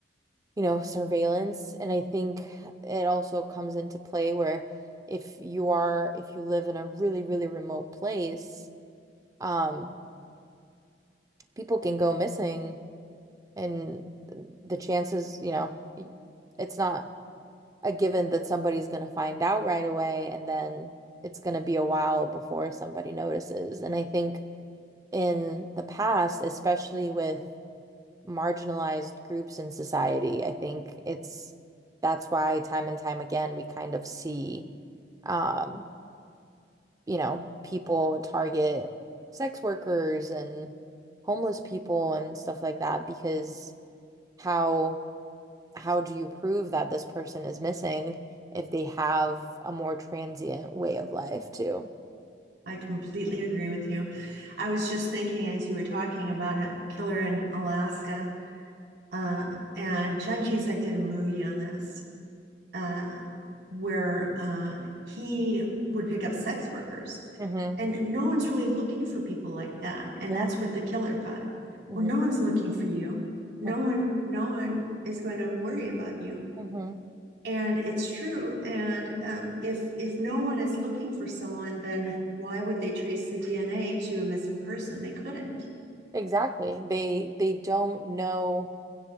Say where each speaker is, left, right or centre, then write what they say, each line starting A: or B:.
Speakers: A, on the right; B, on the right.
A: you know, surveillance. And I think it also comes into play where if you are, if you live in a really, really remote place, um, people can go missing and the chances, you know, it's not a given that somebody's going to find out right away and then it's going to be a while before somebody notices. And I think in the past, especially with marginalized groups in society. I think it's that's why time and time again we kind of see um, you know, people target sex workers and homeless people and stuff like that because how how do you prove that this person is missing if they have a more transient way of life too?
B: I completely agree with you. I was just thinking as you were talking about a killer in Alaska Uh, and John Cusack did a movie on this uh, where uh, he would pick up sex workers.
A: Mm-hmm.
B: And no one's really looking for people like that. And
A: Yeah.
B: that's what the killer thought.
A: Mm-hmm.
B: Well, no one's looking for you. No
A: Mm-hmm.
B: one, no one is going to worry about you
A: Mm-hmm.
B: and it's true and um, if if no one is looking for someone then why would they trace the dna to a missing person they couldn't
A: Exactly. They they don't know